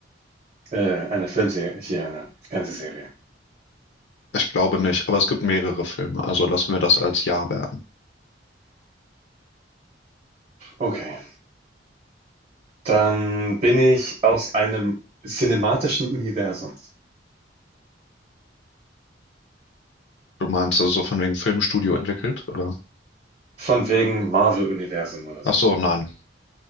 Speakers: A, on the right (about 35°); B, on the left (about 75°).
A: Äh, eine Filmserie, hier eine Fernsehserie.
B: Ich glaube nicht, aber es gibt mehrere Filme, also lassen wir das als Ja werten.
A: Okay. Dann bin ich aus einem cinematischen Universum.
B: Du meinst, es ist so von wegen Filmstudio entwickelt, oder?
A: Von wegen Marvel-Universum oder
B: Ach
A: so.
B: so, nein.